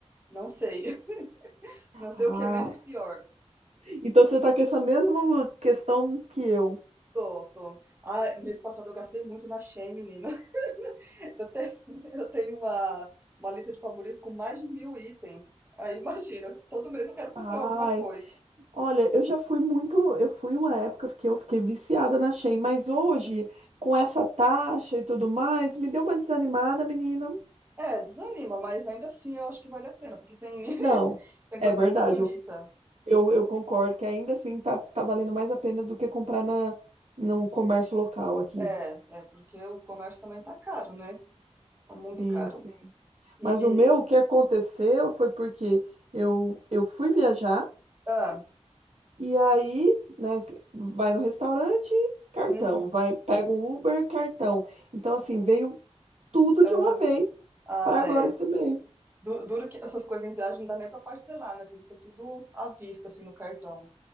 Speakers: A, on the right; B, on the right.
A: Não sei. <laughs> Não sei
B: Ah,
A: o que é menos pior.
B: então você tá com essa mesma questão que eu.
A: Tô, tô. Ah, mês passado eu gastei muito na Shein, menina. Eu tenho, <laughs> eu tenho uma, uma lista de favoritos com mais de mil itens. Aí imagina, todo mês eu quero comprar
B: Ai,
A: alguma coisa.
B: olha, eu já fui muito, eu fui uma época que eu fiquei viciada na Shein, mas hoje,
A: Hum.
B: com essa taxa e tudo mais, me deu uma desanimada, menina.
A: É, desanima, mas ainda assim eu acho que vale a pena, porque tem, <laughs>
B: Não.
A: tem
B: É
A: coisa
B: verdade,
A: muito bonita.
B: Eu, eu concordo que ainda assim tá, tá valendo mais a pena do que comprar na, no comércio local aqui.
A: É, é, porque o comércio também tá caro, né? Tá muito
B: Sim,
A: caro.
B: sim.
A: E,
B: Mas o meu,
A: e-
B: o que aconteceu foi porque eu, eu fui viajar
A: ah,
B: e aí, né, cê vai no restaurante, cartão,
A: uhum,
B: vai, pega um Uber, cartão. Então, assim, veio tudo
A: aham.
B: de uma vez
A: Ah,
B: para agora
A: é.
B: esse mês.
A: Du- Duro que essas coisas em viagem não dá nem pra parcelar, né? Tem que ser tudo à vista, assim, no cartão.